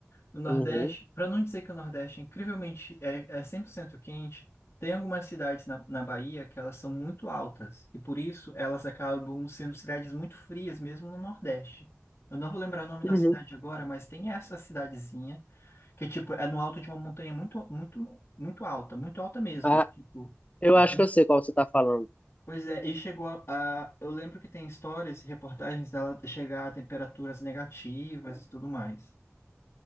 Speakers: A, on the left (about 55°); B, on the left (about 30°).
A: do Nordeste,
B: Uhum.
A: para não dizer que o Nordeste é incrivelmente é, é 100% quente, tem algumas cidades na, na Bahia que elas são muito altas e por isso elas acabam sendo cidades muito frias mesmo no Nordeste. Eu não vou lembrar o nome
B: Uhum.
A: da cidade agora, mas tem essa cidadezinha que tipo é no alto de uma montanha muito muito muito alta, muito alta mesmo,
B: Ah,
A: tipo
B: eu
A: a
B: acho
A: pon-
B: que eu sei qual você está falando.
A: Pois é, e chegou a, a- Eu lembro que tem histórias e reportagens dela chegar a temperaturas negativas e tudo mais.